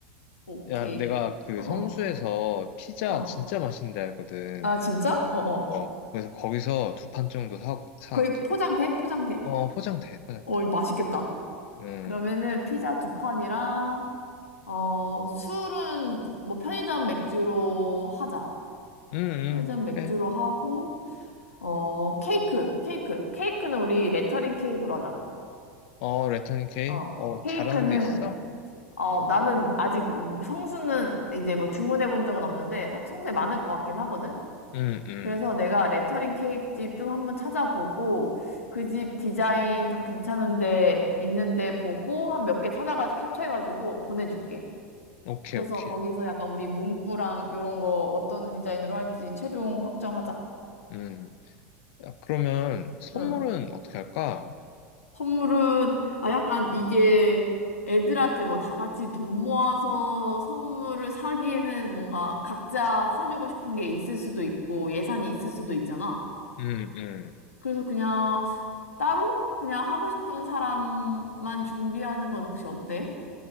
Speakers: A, on the left; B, on the left.
A: 오케이.
B: 야, 내가 그
A: 어, 어,
B: 성수에서 피자
A: 어.
B: 진짜 맛있는데 알거든.
A: 아, 진짜? 어, 어.
B: 어, 그래서 거기서 두 판 정도 사, 사갈게.
A: 거의 포장돼? 포장돼?
B: 어, 포장돼, 포장돼.
A: 어, 이거 맛있겠다.
B: 음,
A: 그러면은 피자 두 판이랑, 어, 술은 뭐 편의점 맥주로 하자.
B: 음,
A: 회전
B: 음,
A: 맥주로
B: 그래.
A: 하고, 어, 케이크, 케이크. 케이크는 우리 레터링 케이크로 하자.
B: 어, 레터닝 케이크?
A: 어,
B: 어,
A: 케이크는,
B: 잘하는 데 있어?
A: 어, 나는 아직 성수는 이제 뭐 주문해 본 적은 없는데, 사- 성수에 많을 것 같긴 하거든?
B: 음, 음.
A: 그래서 내가 레터링 케이크 집 좀 한번 찾아보고, 그 집 디자인 좀 괜찮은데, 있는데 보고, 한 몇 개 찾아가지고 캡처해가지고 보내줄게.
B: 오케이,
A: 그래서
B: 오케이.
A: 거기서 약간 우리 문구랑 이런 거 어떤 디자인으로 할지 최종 확정하자.
B: 음. 아, 그러면 선물은
A: 응.
B: 어떻게 할까?
A: 선물은, 아, 약간 이게 애들한테 뭐 다 같이 돈 모아서 선물을 사기에는 뭔가 각자 사주고 싶은 게 있을 수도 있고 예산이 있을 수도 있잖아.
B: 음, 음.
A: 그래서 그냥 따로 그냥 하고 싶은 사람만 준비하는 건 혹시 어때?